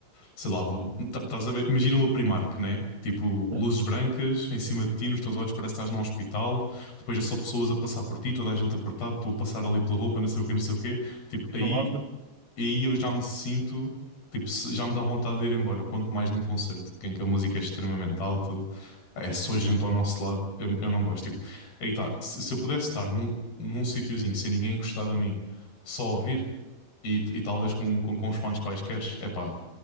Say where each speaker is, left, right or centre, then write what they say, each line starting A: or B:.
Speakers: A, on the left (about 65°); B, on the right (about 75°).
A: Sei lá, vou- tá- estás a ver? Imagina uma Primark, né? Tipo, luzes
B: É.
A: brancas em cima de ti, nos teus olhos, parece que estás num hospital. Depois é só pessoas a passar por ti, toda a gente apertada, tu a passar ali pela roupa, não sei o quê, não sei o quê. Tipo, aí
B: Não gostas?
A: e aí eu já me sinto, tipo, se- já me dá vontade de ir embora, quanto mais num concerto, em que a música é extremamente alta, é só gente ao nosso lado, eu, eu não gosto. Tipo, aí tá, se, se eu pudesse estar num, num sítiozinho sem ninguém encostar a mim, só ouvir, e, e talvez com, com, com os fones quaisquer, é pá,